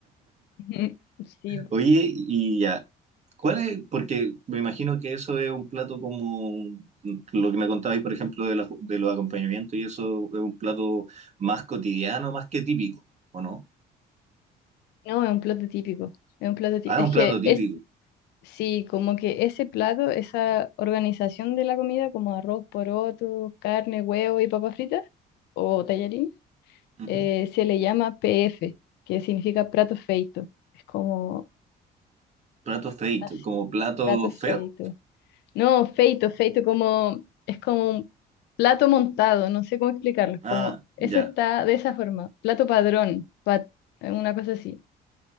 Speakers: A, on the left; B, on the right.
A: <laughs> Ujú. Sí,
B: Oye, y ya. ¿Cuál es? Porque me imagino que eso es un plato como lo que me contabais, por ejemplo, de, la- de los acompañamientos, y eso es un plato más cotidiano, más que típico, ¿o no?
A: no, es un plato típico. Es un plato típico.
B: Ah, es
A: Es
B: un
A: que
B: plato típico.
A: es, sí, como que ese plato, esa organización de la comida, como arroz, poroto, carne, huevo y papas fritas, o tallarines
B: Ujú.
A: eh, se le llama PF, que significa plato feito. Es como
B: Plato feito,
A: así,
B: como plato
A: plato
B: feo.
A: feito. No, feito, feito como es como un plato montado, no sé cómo explicarlo, es
B: Ah,
A: como eso
B: ya.
A: está de esa forma, plato padrón, pa- una cosa así,